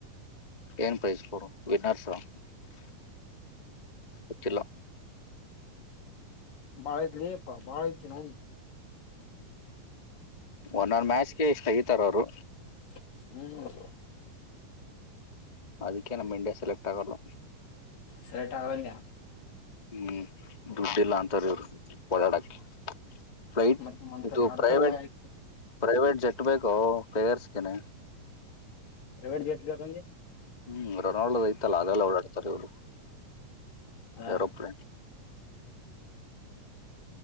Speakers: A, on the left; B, on the left.
A: ಏನ್ ಪ್ರೈಸ್ ಕೊಡ ವನರ್ಸಚ್ಚಿಲ್ಲ
B: ಬಾಳೆತಲಪ್ಪಾ ಬಾಳೆತ ನೋಣ <unintelligible>
A: ಒಂದೊಂದ ಮ್ಯಾಚ್ಗೆ ಇಷ್ಟು ತಗತಾರ ಅವರು
B: ಹ್ಮ್
A: ಅದಕ್ಕೆೇ ನಮ್ಮ ಇಂಡಿಯಾ ಸೆಲೆಕ್್ ಆಗಲ್ಲ
B: ಸರಟ್ ಆಂತ
A: ಹ್ಮ್ ದುಡ್ಡೆಲ್ಲ ಅಂತಾರೆ ಇವರು ಓಡಾಡಕ ಫ್ಲೈಟ್
B: ಮತ್ ಮಂತ್ರ
A: ಇದು
B: ಹಾಡ್ತಾರ
A: ಪ್ರೈವೇಟ್
B: ಬಾಯ
A: ಪ್ರೈವೇಟ್ ಜೆಟ್ ಬೇಕೋ ಪೇಗರ್ಸ್ಗೆನೆ
B: ಪ್ರೈವೇಟ್ ಗಟ್ ಬಕಿ
A: ಹ್ಮ್ ರೊನಾಲ್ಡೋದ ಐತಲ್ಲ ಅದೆಲ್ಲ ಓಡಾಡ್ತಾರೆ ಇ್ರು
B: ಹಾ
A: ಯರೋಪ್ಲನ್